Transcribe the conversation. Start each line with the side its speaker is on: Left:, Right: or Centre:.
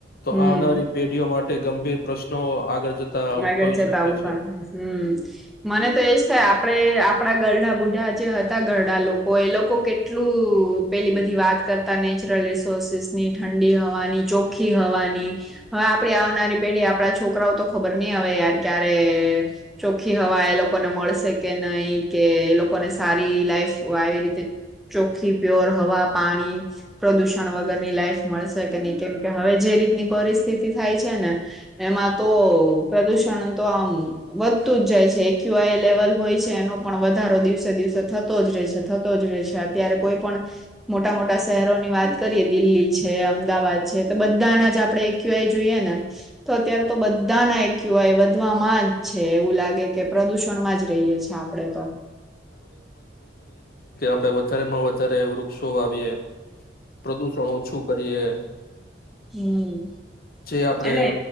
Left: તો
Centre: હમ
Left: આવનારી પેઢીઓ માટે ગંભીર પ્રશ્નો આગળ જતા ઉદભવી
Centre: આગળ જતા
Left: શકે
Centre: આવુ
Left: છે
Centre: પણ થાય. હમ. મને તો એજ થાય આપણે આપણા ધરના બુઢા જે હતા ઘડ ઘરડા લોકો એ લોકો કેટલું પેલી બધી વાત કરતા નેચરલ. ની ઠંડી હવાની ચોખ્ખી હવાની હવે આપણે આવનારી પેઢી. આપણા છોકરાઓ તો ખબર નહી હવે યાર ક્યારે ચોખ્ખી હવા એ લોકોને મળશે કે નહી કે એ લોકોને સારી લાઈફ આવી રીતે ચોખ્ખી પ્યોર હવા પાણી પ્રદૂષણ વગરની લાઈફ મળશે કે નહી કેમ કે હવે જે રીતની પરિસ સ્થિતિ થાય છે ને એમાં તો પ્રદુષણ તો આમ વધતું જ જાય છે. ક્યુઆઈ લેવલ હોય છે એનો પણ વધારો દિવસે દિવસે થતો જ રહે છે થતો જ રહે છે અત્યારે કોઈ પણ મોટા મોટા શહેરોની વાત કરીએ દિલ્હી છે અમદાવાદ છે તો બધાના જ આપડણે એક્યુઆઈ જોઈએ ને તો અત્યારે તો બધાના એક ક્યુઆય વધવામાં જ છે એવું લાગે કે પ્રદુષણમાં જ રહીયએ છેએ આપડે તો.
Left: આપ વધારે માં વધારે વૃક્ષો આવીએ પ્રદુષણ ઓછું કરીએ.
Centre: હમ
Left: જે આપડે
Centre: એને